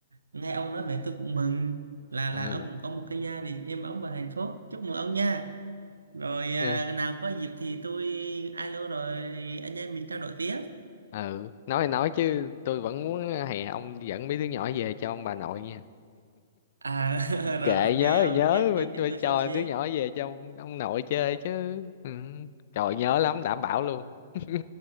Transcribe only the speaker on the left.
ừ
ừ
Ừ, nói thì nói chứ tôi vẫn muốn hè ông dẫn mấy đứa nhỏ về cho ông bà nội nha
kệ
nhớ
thì nhớ
phải,
phải
cho
đứa nhỏ về cho ông, ông nội chơi chứ ừ. trời nhớ lắm đảm bảo luôn <laughs>